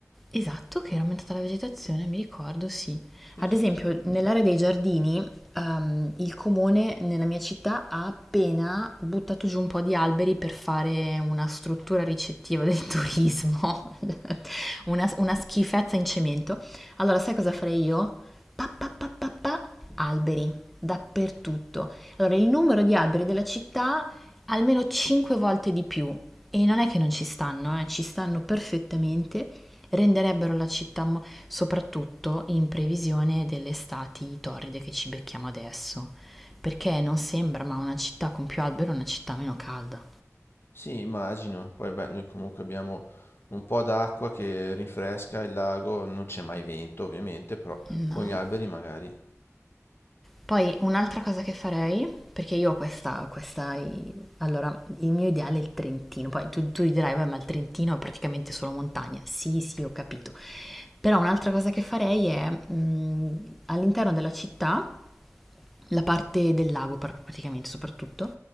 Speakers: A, in the centre; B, on the left (about 50°).
A: Esatto, che era aumentata la vegetazione, mi ricordo, sì.
B: Sì,
A: Ad
B: sì,
A: esempio,
B: sì.
A: nell'area dei giardini, ehm, il comune nella mia città ha appena buttato giù un po' di alberi per fare una struttura ricettiva del turismo, <laughs> una, una schifezza in cemento. Allora, sai cosa farei io? Pa, pa, pa, pa, pa, alberi dappertutto. Allora, il numero di alberi della città almeno 5 volte di più. E non è che non ci stanno, eh, ci stanno perfettamente. Renderebbero la città, mo- soprattutto in previsione delle estati torride che ci becchiamo adesso. Perché non sembra, ma una città con più alberi è una città meno calda.
B: Sì, immagino. Poi beh, noi comunque abbiamo un po' d'acqua che rinfresca il lago, non c'è mai vento ovviamente, però
A: No,
B: con gli alberi magari.
A: Poi un'altra cosa che farei, perché io ho questa, questa, allora il mio ideale è il Trentino, poi tu, tu dirai, beh, ma il Trentino è praticamente solo montagna. Sì, sì, ho capito. Però un'altra cosa che farei è mh, all'interno della città la parte del lago pr- praticamente soprattutto,